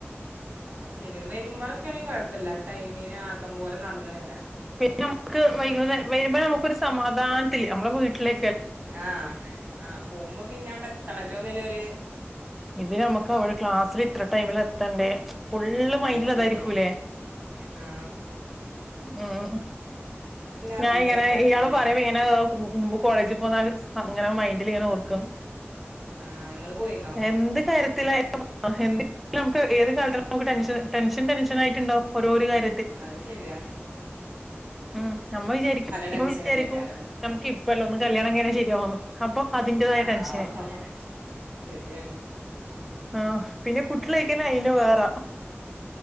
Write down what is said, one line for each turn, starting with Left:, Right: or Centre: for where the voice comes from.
Right: അത് ശരിയാണ് വരുമ്പള് ക്കാണെ കൊഴപ്പല്ല ടൈമിന് ആക്കം പോലെ നടന്നന്ന് വരാ.
Centre: പിന്നെ നമ്മുക്ക് വൈകുന്നേ വരുമ്പോ നമുക്കൊരു സമാധാനത്തില് അമ്മളെ വീട്ടിലേ
Right: ആ ആ പോകുമ്പോ പിന്നെ അവിടെത്തണല്ലോന്ന്ല്ലര്
Centre: ഇിത് നമക്ക അവടെ ക്ലാസ്ലിലിത്ര ടൈമില് എത്തണ്ടേ? ഫുള്ള് മൈൻഡിൽ
Right: അത് ശരിയാ
Centre: അതായിരിക്കൂലേ
Right: ആ
Centre: മ് ഞാ
Right: അതിനേക്കാരം
Centre: ഇങ്ങനെ ഇയാള്
Right: പിന്നെ
Centre: പറയമ്പങ്ങനെ കോളേജ് ങ്ങളെ മൈന്റ്ല്ങ്ങനെ ഓർക്കും
Right: ആഹ് ഇങ്ങള് പോയിന്നോ
Centre: എന്ത് കാര്യത്തിലാ <unintelligible> ഏത് കാലത്തായാലും ടെൻഷൻ ടെൻഷൻ ടെൻഷനായിട്ട് ഇണ്ടാവും ഓരോര് കാര്യ
Right: അത് ശെരിയാ.
Centre: ഉം നമ്മൾ വിചാരിക്കും
Right: ടെൻഷനല്ലേക്കാരം
Centre: വിചാരിക്കൂ നമുക്ക് ഇപ്പല്ല ഒന്ന് കല്യാണം കൈഞ്ഞ ശരിയാവൂന്ന്. അപ്പൊ അതിന്റെതായ
Right: ആഹ്
Centre: ടെൻഷന്.
Right: ശരിയാണ്
Centre: ആ പിന്നെ കുട്ട്യളായിക്കയിഞ്ഞ അയിന് വേറ.